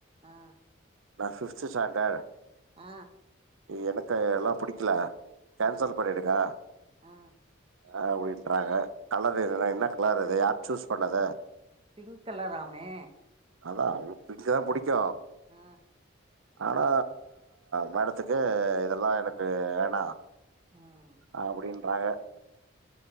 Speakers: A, on the right; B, on the right.
A: ஆ
B: நா பிஃப்த் ஸ்டாண்டர்ட்
A: ஆ
B: எனக்கு எல்லா புடிக்கல கேன்சல்
A: ஆ
B: பண்ணிடுங்க
A: ஆ
B: அப்டின் பண்றாங்க கலர் எதுன்னா என்ன கலர் அது யார் சூஸ் பண்ணது
A: பிங்க் கலர்ராமே
B: அதான் உனக்கு பிங்தா புடிக்கு
A: ஆ
B: ஆனா மேடத்துக்கு இதெல்லா எனக்கு வேணா
A: ம்
B: அப்படின்றாங்க